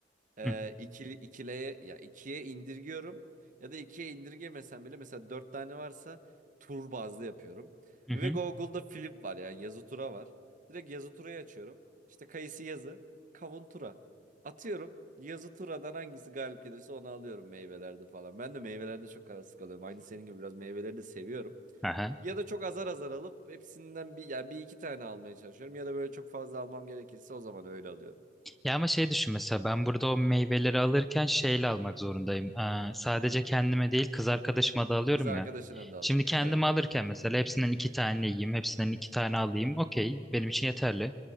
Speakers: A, on the right (about 45°); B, in the centre.
A: e,
B: Hı.
A: ikili ikileye ya ikiye indirgiyorum ya da ikiye indirgemesem bile mesela dört tane varsa tur bazlı yapıyorum.
B: hı.
A: Ve Google'da flip var yani yazı tura var. Direkt yazı turayı açıyorum. İşte kayısı yazı, kavun tura. Atıyorum. Yazı turadan hangisi galip gelirse onu alıyorum meyvelerde falan. Ben de meyvelerde çok arası kalıyorum. Aynı senin gibi biraz meyveleri de seviyorum.
B: Aha.
A: Ya da çok azar azar alıp hepsinden bir yani bir iki tane almaya çalışıyorum. Ya da böyle çok fazla almam gerekirse o zaman öyle alıyorum.
B: Ya ama şey düşün mesela ben burada o meyveleri alırken şeyle almak zorundayım. Aa, sadece kendime değil kız arkadaşıma da alıyorum
A: Kız arkadaşına
B: ya.
A: da alacağım.
B: Şimdi kendime
A: Evet.
B: alırken mesela hepsinden iki tane yiyeyim, hepsinden iki tane alayım. Okey, benim için yeterli.